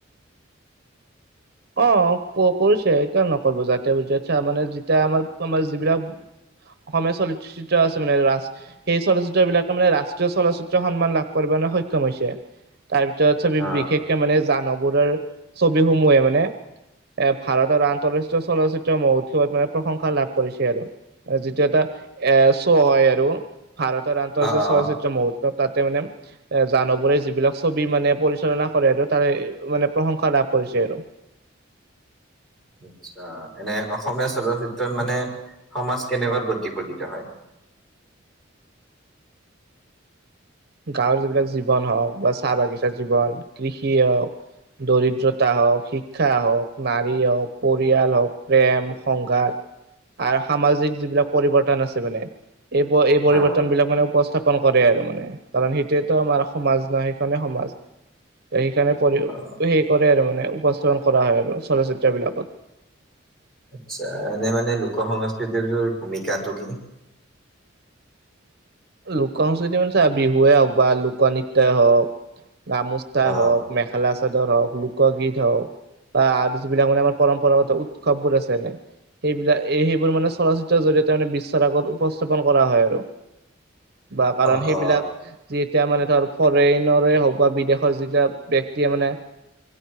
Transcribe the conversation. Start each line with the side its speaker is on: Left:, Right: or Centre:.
Right: অ' কৰিছে, কিয় নকৰিব, জাতীয় ব মানে যেতিয়া আমাৰ আমাৰ যিবিলাক অসমীয়া চলচ্চিত্ৰ আছে, মানে সেই চলচ্চিত্ৰ বিলাকে মানে ৰাষ্ট্ৰীয় চলচিত্ৰ সন্মান লাভ কৰিব মানে সক্ষম হৈছে তাৰ ভিতৰত ছবি
Centre: অ
Right: বিশেষকে মানে জাহ্নু বৰুৱাৰ ছবিসমূহে। মানে
Centre: <inaudible>
Right: এ ভাৰতৰ আৰু আন্তৰাষ্ট্ৰীয় চলচিত্ৰ মহোৎসৱত মানে প্ৰশংসা লাভ কৰিছে আৰু। যিটো এটা এ' শ্ব' হয় আৰু, ভাৰতৰ আন্তঃৰাষ্ট্ৰীয়
Centre: অ অ
Right: চলচিত্ৰ মহোৎ তাতে মানে এ জাহ্নু বৰুৱাৰ যিবিলাক ছবি মানে পৰিচালনা কৰে আৰু তাৰে মানে প্ৰশংসা লাভ কৰিছে আৰু।
Centre: আচ্ছা, এনে অসমীয়া চলচিত্ৰত মানে সমাজ কেনেকৈ প্ৰতিফলিত হয়?
Right: গাঁৱৰ যিবিলাক জীৱন হওক বা চাহ বাগিচাৰ জীৱন কৃষি হওক দৰিদ্ৰতা হওক শিক্ষা হওক নাৰী হওক পৰিয়াল হওক প্ৰেম সংঘাত আৰু সামাজিক যিবিলাক পৰিৱৰ্তন আছে মানে এই এই পৰিৱৰ্তন
Centre: অ
Right: বিলাক মানে উপস্থাপন কৰে আৰু মানে কাৰণ সেইটোৱেতো আমাৰ সমাজ নহয় সেইখনে সমাজ সেইখনে পৰি
Centre: অ
Right: সেই খনে আৰু মানে। উপস্থাপন কৰা হয় আৰু চলচিত্ৰ বিলাকত।
Centre: আচ্ছা এনে মানে লোক সংস্কৃতিৰ ভূমিকাটো কি?
Right: লোক সংস্কৃতি মানে চা বিহুৱে হওক বা লোকনৃত্যই হওক গামোচা
Centre: অ
Right: হওক মেখেলা চাদৰ হওক লোকগীত হওক বা আৰু যবিলাক মানে আৰু পৰম্পৰাগত উৎসৱ বোৰ আছে এনেই সেইবিলাক সেইবোৰ মানে চলচিত্ৰৰ জৰিয়তে মানে বিশ্বৰ আগত উপস্থাপন কৰা হয় আৰু। বা কাৰণ
Centre: অ
Right: সেইবিলাক
Centre: অ
Right: যি এতিয়া মানে ধৰ ফৰেইনৰে হওক বা বিদেশৰ যেতিয়া ব্যক্তিয়ে মানে